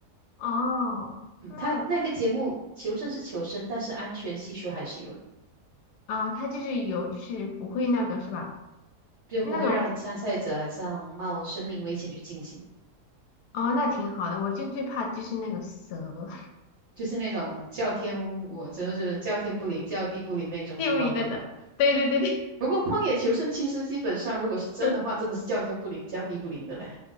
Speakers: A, on the left; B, on the right.
A: 哦，
B: 嗯，
A: 那
B: 他那个节目求胜是求生，但是安全系数还是有的，
A: 啊，它就是有，就是不会那个是吧？
B: 就不会让参赛者好像冒生命危险去进行。
A: 那种哦，那挺好的。我就最怕就是那个蛇，
B: 就是那种叫天，我就是叫天不灵，叫地不灵那种情况，
A: <laughs> 就你的的，
B: 对吧？
A: 对对对
B: 不过《荒野求生》其实基本上，如果是真的话，
A: 对，<laughs>
B: 真的是叫天不灵，叫地不灵的嘞，